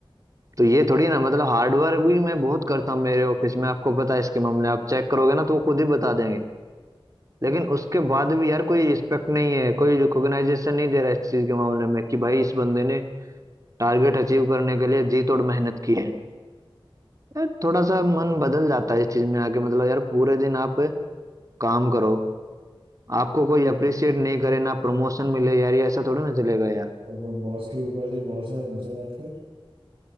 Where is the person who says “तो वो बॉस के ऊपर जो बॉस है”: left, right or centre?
Right